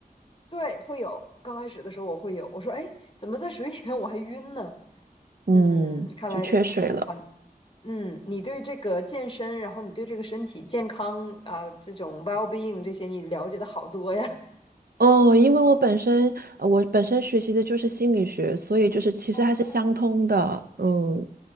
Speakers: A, on the left; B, on the right.
A: 对，会有。刚开始的时候我会有，我说哎，怎么在水里面我还晕呢？
B: 嗯，
A: 嗯，看来这个，
B: 就缺水了。
A: 哇，嗯，你对这个健身，然后你对这个身体健康啊，这种 well being 这些，你了解的好多呀。
B: 哦，因为我本身呃我本身学习的就是心理学，所以就是其实还是相通的，
A: 啊，
B: 嗯，